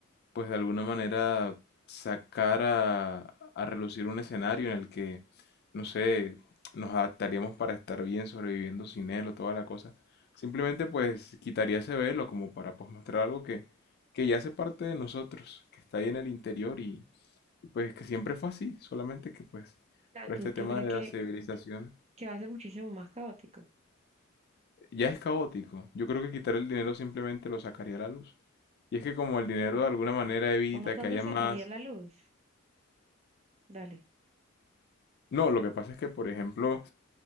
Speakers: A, on the left; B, on the right.
A: pues de alguna manera sacar a, a relucir un escenario en el que, no sé, nos adaptaríamos para estar bien sobreviviendo sin él o toda la cosa. Simplemente pues quitaría ese velo como para pues mostrar algo que, que ya hace parte de nosotros, que está ahí en el interior y, y, pues que siempre fue así, solamente que pues
B: Claro,
A: por
B: ¿Tú,
A: este
B: tú
A: tema
B: crees
A: de
B: que,
A: la civilización
B: que va a ser muchísimo más caótico?
A: ya es caótico. Yo creo que quitar el dinero simplemente lo sacaría a la luz. Y es que como el dinero
B: ¿O,
A: de alguna manera evita
B: o no tanto
A: que haya
B: sacaría
A: más
B: la luz? Dale.
A: No, lo que pasa es que, por ejemplo,